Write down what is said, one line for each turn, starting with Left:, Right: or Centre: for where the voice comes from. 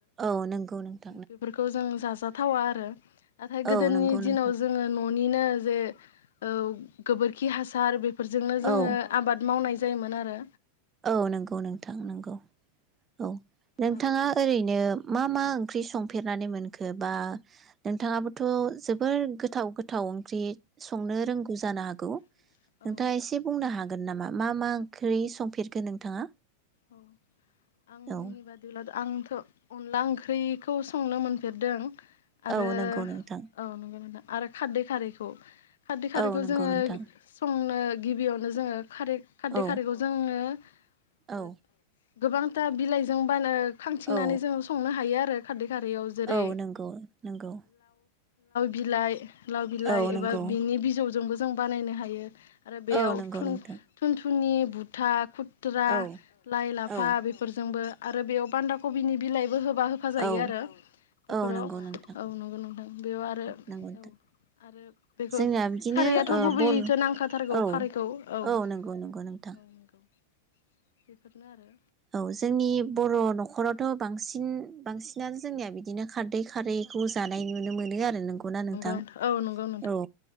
Right: औ नंगौ नोथां
Left: बेफोरखौ जोङो जाजाथावा आरो नाथाय गोदोनि
Right: औ नंगौ नोंथां
Left: दिनाव जोङो न' निनो जेरै औ गोबोरखि हासार बे फोरजोंनो जोङो
Right: औ
Left: आबाद मावनाय जायोमोन आरो
Right: औ नंगौ नोंथां नंगौ औ नोंथाङा
Left: आरो
Right: ओरैनो मा मा मा ओंख्रि संफेरनानै मोनखो बा नोंथाङाबोथ' जोबोर गोथाव गोथाव ओंख्रि संनो रोंगौ जानो हागौ
Left: हागौ
Right: नोंथाङा एसे बुंनो हागोन नामा मा मा ओंख्रै संफेर नोंथाङा
Left: औ आंनि
Right: औ
Left: बादिब्ला आंथ' अनला ओंख्रिखौ संनो मोनफेरदों आरो
Right: औ नंगौ नोंथां
Left: औ नंगौन दा आरो खारदै खारैखौ खारदै खारैखौ
Right: औ नंगौ
Left: जोङो
Right: नोंथां
Left: संनो गिबियावनो जोङो खारै खारदै
Right: औ
Left: खारैखौ जोङो
Right: औ
Left: ओ गोबांथा बिलाइजों बानो खांथिंनानै
Right: औ
Left: जोङो संनो हायो आरो खारदै खारैयाव जेरै
Right: औ नंगौ नंगौ
Left: बिलाइ लाव बिलाइ
Right: औ नंगौ
Left: एबा बिनि बिजौजोंबो जों बानायनो हायो आरो बेयाव
Right: औ नंगौ
Left: थुन
Right: नोंथां
Left: थुन थुनि बुथा खु खुथ्रा
Right: औ
Left: लाइ लाफा
Right: औ
Left: बेफोरजोंबो आरो बेयाव बान्दा कबिनि बिलाइबो होब हाबा होफ जायो
Right: औ
Left: आरो बेफोराव
Right: औ नंगौ नोंथां
Left: औ नंगौ नोथां बेयाव आरो औ
Right: नंगौ नोंथां
Left: आरो बेखौ
Right: जोंना बिदिनो
Left: खारैयाथ'
Right: ओ
Left: गुबैयैथो
Right: बर
Left: नांखाथारगौ
Right: औ
Left: खारैखौ औ औ
Right: नंगौ नंगौ नोंथां
Left: नंगौ बेफोरनो आरो
Right: औ जोंनि बर' न'खरावथ' बांसिन बिदि बांसिनानो जोंनिया बिदिनो खारदै खारैखौ जानाय नुनो मोनो नोंगौना नोंथां
Left: आरो
Right: औ